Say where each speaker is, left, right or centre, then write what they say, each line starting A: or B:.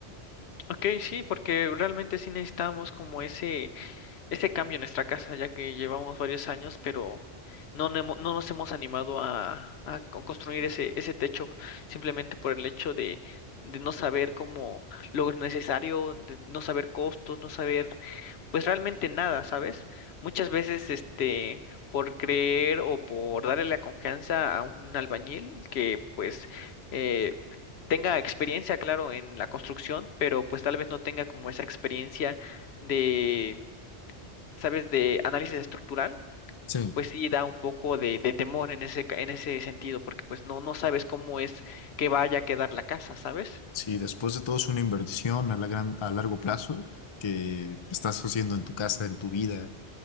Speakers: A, on the left (about 65°); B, on the left (about 45°).
A: Ok, sí, porque realmente sí necesitamos como ese este cambio en nuestra casa, ya que llevamos varios años, pero no, nemo- no nos hemos animado a, a co- construir ese, ese techo, simplemente por el hecho de, de no saber cómo lo necesario, de no saber costos, no saber, pues realmente nada, ¿sabes? Muchas veces, este, por creer o por darle la confianza a un albañil que, pues, eh, tenga experiencia, claro, en la construcción, pero pues tal vez no tenga como esa experiencia de ¿sabes? De análisis estructural,
B: Sí,
A: pues sí da un poco de, de temor en ese, ca- en ese sentido, porque pues no, no sabes cómo es que vaya a quedar la casa, ¿sabes?
B: Sí, después de todo es una inversión a la gran- a largo plazo que estás haciendo en tu casa, en tu vida